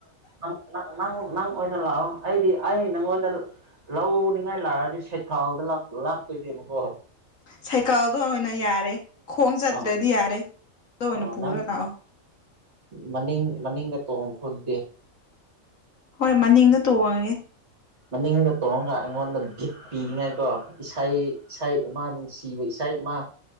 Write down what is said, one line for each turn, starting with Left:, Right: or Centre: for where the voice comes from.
Right: ꯅꯪ ꯅꯪ ꯅꯪ ꯑꯣꯏꯅ ꯂꯥꯛꯑꯣ ꯑꯩꯗꯤ ꯑꯩ ꯅꯪꯉꯣꯟꯗ ꯂꯧꯅꯤꯡꯉꯥꯏ ꯂꯥꯛꯑꯗꯤ ꯁꯦꯀꯥꯜꯗ ꯂꯛ ꯂꯥꯛꯇꯣꯏꯅꯦꯕꯀꯣ
Left: ꯁꯥꯏꯀꯥꯎꯗꯣ ꯑꯣꯏꯅ ꯌꯥꯔꯦ ꯈꯣꯡ ꯆꯠꯇ꯭ꯔꯗꯤ
Right: ꯑꯥ
Left: ꯌꯥꯔꯦ ꯑꯗꯨ ꯑꯣꯏꯅ
Right: ꯑꯥ
Left: ꯄꯨꯔ
Right: ꯅꯪ
Left: ꯂꯥꯛꯑꯣ
Right: ꯃꯅꯤꯡ ꯃꯅꯤꯡꯒ ꯇꯣꯡꯉꯈ꯭ꯔꯣ ꯑꯗꯨꯗꯤ
Left: ꯍꯣꯏ ꯃꯅꯤꯡꯗ ꯇꯣꯡꯉꯒꯦ
Right: ꯃꯅꯤꯡꯗ ꯇꯣꯡꯉꯒ ꯑꯩꯉꯣꯟꯗ ꯕꯤꯠ ꯄꯤꯅꯤꯉꯥꯏꯀꯣ ꯏꯁꯩ ꯏꯁꯩ ꯑꯃꯥ ꯅꯨꯡꯁꯤꯕ ꯏꯁꯩ ꯁꯩ ꯑꯃꯥ